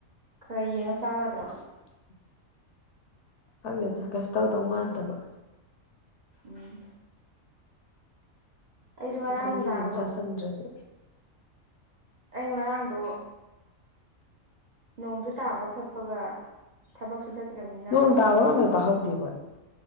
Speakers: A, on the right (about 45°); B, on the left (about 65°).
A: ꯈꯔ ꯌꯦꯡꯉ ꯆꯥꯎ ꯋꯥꯗ꯭ꯔꯣ
B: <inaudible> ꯈꯪꯗꯦꯗ ꯀꯩꯁꯨ ꯇꯧꯗꯧ ꯃꯥꯟꯗꯕ
A: ꯎꯝ ꯑꯩꯁꯨ ꯉꯔꯥꯡ
B: ꯒꯨꯂꯤ
A: ꯅꯨꯡꯗꯥꯡꯗꯣ
B: ꯑꯝ ꯆꯁꯟꯗ꯭ꯔꯗꯤ
A: ꯑꯩ ꯉꯔꯥꯡꯗꯣ ꯅꯣꯡꯗꯨ ꯇꯥꯕ ꯈꯣꯠꯄꯒ ꯊꯕꯛꯁꯨ ꯆꯠꯇ꯭ꯔꯝꯅꯤꯅ
B: ꯅꯣꯡ ꯇꯥꯕꯒ
A: ꯏꯔꯨꯗꯣ
B: ꯑꯝꯇ ꯇꯥꯍꯧꯗꯦꯕꯣꯏ